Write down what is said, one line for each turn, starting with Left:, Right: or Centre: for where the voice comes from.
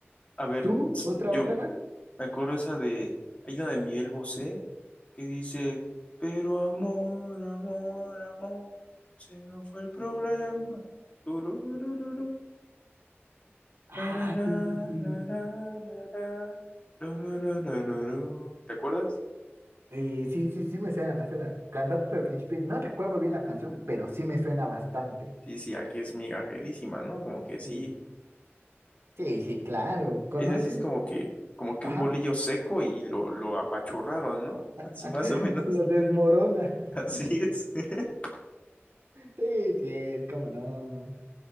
Left: A ver,
Right: ¿tú?
Left: s-
Right: ¿Otra,
Left: yo
Right: otra?
Left: me acuerdo esa de. Hay una de Miguel Bosé que dice: Pero amor, amor, amor, se no fue el problema. Turururururu,
Right: Ah,
Left: tarara,
Right: sí, sí, sí.
Left: tarara, tarara, tarara, tarara. ¿Te acuerdas?
Right: Eh, sí, sí, sí, me suena, me suena. Cantate al principio. No recuerdo bien la canción, pero sí me suena bastante.
Left: Sí, sí, aquí es migajerísima, ¿no? Como que sí,
Right: Sí, sí, sí, claro. ¿Conoces?
Left: ese sí es como que, como que
Right: Ajá.
Left: un bolillo seco y lo, lo apachurraron, ¿no? <laughs>
Right: <laughs>
Left: Así más o menos,
Right: Lo desmorona.
Left: <laughs> así
Right: <laughs>
Left: es. <laughs>
Right: Sí, sí, es como no.